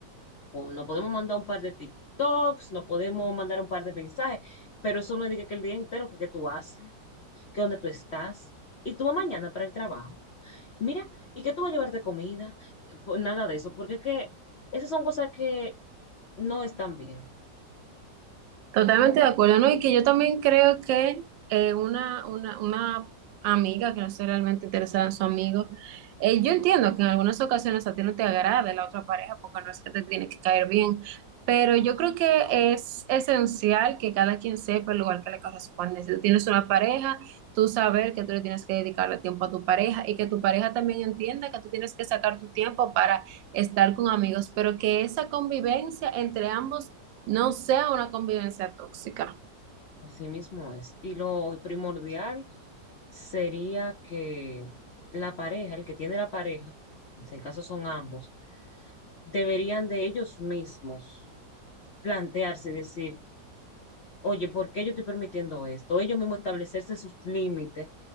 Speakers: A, on the left; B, on the right.
A: o no podemos mandar un par de TikToks, no podemos mandar un par de mensajes, pero eso no es de que que el día entero que, que tú haces, que dónde tú estás y tú vas mañana para el trabajo. Mira, ¿y qué tú vas a llevar de comida? Pues nada de eso, porque es que esas son cosas que no están bien.
B: Totalmente de acuerdo, ¿no? Y que yo también creo que eh, una, una, una amiga que no esté realmente interesada en su amigo, eh, yo entiendo que en algunas ocasiones a ti no te agrada la otra pareja porque no es que te tiene que caer bien, pero yo creo que es esencial que cada quien sepa el lugar que le corresponde. Si tú tienes una pareja, tú saber que tú le tienes que dedicarle tiempo a tu pareja y que tu pareja también entienda que tú tienes que sacar tu tiempo para estar con amigos, pero que esa convivencia entre ambos no sea una convivencia tóxica.
A: Así mismo es. Y lo primordial sería que la pareja, el que tiene la pareja, en este caso son ambos, deberían de ellos mismos plantearse y decir, oye, ¿por qué yo estoy permitiendo esto? Ellos mismos establecerse sus límites.